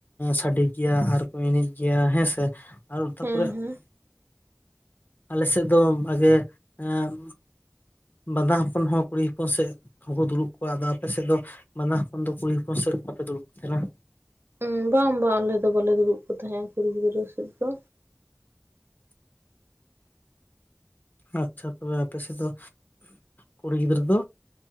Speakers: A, on the left; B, on the right.
A: ᱥᱟᱰᱮ ᱜᱮᱭᱟ ᱟᱨᱠᱚ ᱮᱱᱮᱡ ᱜᱮᱭᱟ ᱦᱮᱸᱥᱮ᱾ ᱟᱨ ᱛᱟᱯᱚᱨᱮ
B: ᱦᱮᱸ ᱦᱮᱸ
A: ᱟᱞᱮ ᱥᱮᱫ ᱫᱚ ᱵᱷᱟᱜᱮ ᱮᱸ ᱵᱟᱸᱫᱟ ᱦᱚᱯᱚᱱ ᱦᱚᱸ ᱠᱩᱲᱤ ᱦᱚᱯᱚᱱ ᱥᱮᱫ ᱦᱚᱸᱠᱚ ᱫᱩᱲᱩᱵ ᱠᱚᱣᱟ ᱟᱫᱚ ᱟᱯᱮ ᱥᱮᱫ ᱫᱚ ᱵᱟᱫᱟ ᱦᱚᱯᱚᱱ ᱫᱚ ᱠᱩᱲᱤ ᱦᱚᱯᱚᱱ ᱥᱮᱫ ᱠᱚᱲᱟ ᱯᱮ ᱫᱩᱲᱩᱵ ᱠᱚ ᱛᱟᱦᱮᱱᱟ?
B: ᱸ ᱵᱟᱝ ᱵᱟᱝ ᱟᱞᱮ ᱫᱚ ᱵᱟᱞᱮ ᱫᱩᱲᱩᱵ ᱠᱚ ᱛᱟᱦᱮᱸᱜᱼᱟ ᱠᱩᱲᱤ ᱜᱤᱫᱽᱨᱟᱹ ᱥᱮᱡ ᱫᱚ।
A: ᱟᱪᱪᱷᱟ ᱛᱚᱵᱮ ᱟᱯᱮ ᱥᱮᱫ ᱫᱚ ᱠᱩᱲᱤ ᱜᱤᱫᱽᱨᱟᱹ ᱫᱚ,